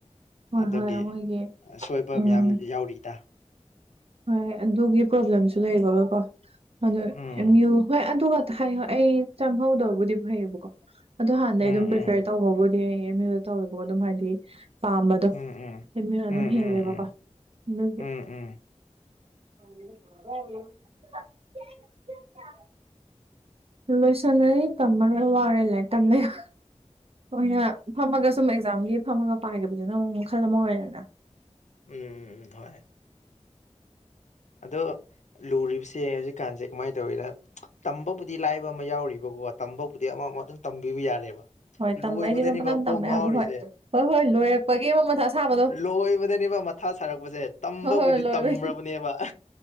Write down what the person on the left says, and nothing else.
ꯑꯗꯨꯒꯤ
ꯑꯁꯣꯏꯕ
ꯃꯌꯥꯝ ꯌꯥꯎꯔꯤꯗ꯫
ꯎꯝ
ꯎꯝ
ꯎꯝ
ꯎꯝ
ꯎꯝ ꯎꯝ
ꯎꯝ
ꯎꯝ ꯎꯝ ꯎꯝ꯫
ꯎꯝ ꯍꯣꯏ ꯑꯗꯣ ꯂꯨꯔꯤꯕꯁꯦ ꯍꯧꯖꯤꯛꯀꯥꯟꯁꯦ ꯀꯃꯥꯏꯅ ꯇꯧꯋꯗ ꯇꯝꯕꯕꯨꯗꯤ ꯂꯥꯏꯕ ꯑꯃ ꯌꯥꯎꯔꯤꯕꯀꯣ ꯇꯝꯕꯕꯨꯗꯤ ꯑꯃ ꯑꯃ ꯑꯗꯨꯝ ꯇꯝꯕꯤꯕ ꯌꯥꯔꯦꯕ꯫
ꯂꯣꯏꯕꯗꯅꯦꯕ
ꯀꯣꯛ
ꯉꯥꯎꯔꯤꯁꯦ
ꯂꯣꯏꯕꯗꯅꯦꯕ ꯊꯥ ꯁꯥꯔꯛꯄꯁꯦ ꯇꯝꯕꯕꯨꯗꯤ
ꯇꯝꯕꯅꯦꯕ